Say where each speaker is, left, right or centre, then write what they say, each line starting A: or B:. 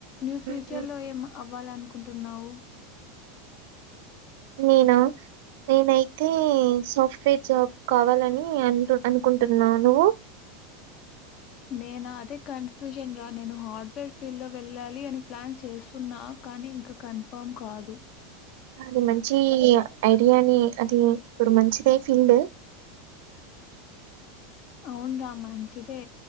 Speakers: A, on the left; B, on the right.
A: ను
B: ఉమ్,
A: ఫ్యూచర్ లో ఏం అవ్వాలనుకు కుంటున్నావు
B: నేనా నేనైతే సాఫ్ట్వేర్ జాబ్ కావాలని అంటూ అనుకుంటున్నాను నువు
A: నేను అదే కన్ఫ్యూజన్ రా నేను హార్డ్వేర్ ఫీల్డ్ లో వెళ్ళాలి అని ప్లాన్ చేస్తున్నా కానీ ఇంకా కన్ఫామ్ కాదు
B: అది మంచి ఐడియానే అది ఇప్పుడు మంచిదే ఫీల్డ్
A: అవున్రా మంచిదే